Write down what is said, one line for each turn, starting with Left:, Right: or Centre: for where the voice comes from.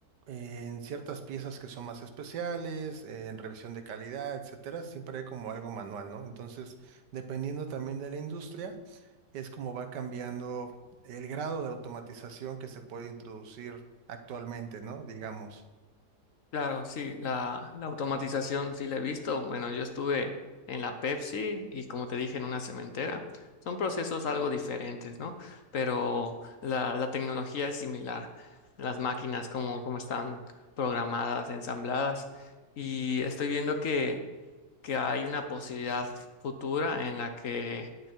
Right: eh, en ciertas piezas que son más especiales, eh, en revisión de calidad, etcétera, siempre hay como algo manual, ¿no? Entonces, dependiendo también de la industria, es como va cambiando el grado de automatización que se puede introducir actualmente, ¿no? Digamos.
Left: Claro, sí, la, la automatización sí la he visto. Bueno, yo estuve en la Pepsi y como te dije, en una cementera. Son procesos algo diferentes, ¿no? Pero la, la tecnología es similar. Las máquinas, como, como están programadas, ensambladas. Y estoy viendo que que hay una posibilidad futura en la que